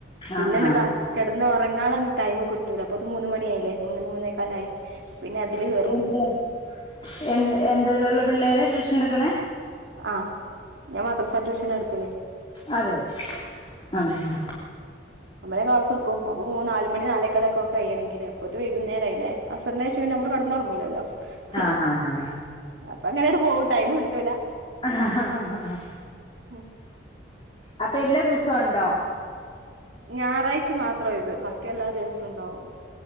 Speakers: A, on the left (about 25°); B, on the right (about 70°).
A: ആഹ്
B: പിന്നെന്ന്
A: ആഹ്
B: ക കിടന്ന് ഉറങ്ങാള്ളത് ടൈമ് ട്ടൂല അപ്പൊത് മൂന്ന് മണിയായില്ലേ മൂന്നണി മൂന്നേക്കാലായി
A: <unintelligible>
B: പിന്നെ അതില് കേറും
A: എന്ന് എന്തരുള്ള പിള്ളേരെ ട്യൂഷെടുക്കണ
B: ആഹ് ഞാൻ മദ്രസ്സ ട്യൂഷനാ എടുക്കല്ല്
A: അതെ ആണ് ആ
B: നമ്മളേ ക്ലാസ്സെട്ക്കും അപ്പ മൂന്ന് നാല്മണി നാലേക്കാലൊക്കെ കഴിയണങ്കില് അപ്പോത്തിന് വകുന്നേരായിലെ ന്നെ അസർനേഷം നമ്മള്കടന്നോർങ്ങൂലെ ഹ്
A: ആഹ് ആഹ്
B: അപ്പൊ അങ്ങനെട്ട് പോവും ടൈം കിട്ടൂ
A: ഹ ഹാ ഹാ ഹാ
B: ഹും
A: അപ്പൊ എല്ലാ ദിവസണ്ടോ
B: ഞായറാഴ്ച മാത്രം ഒയിവ് വ ക് എല്ലാ ദിവസവും ഉണ്ടാവും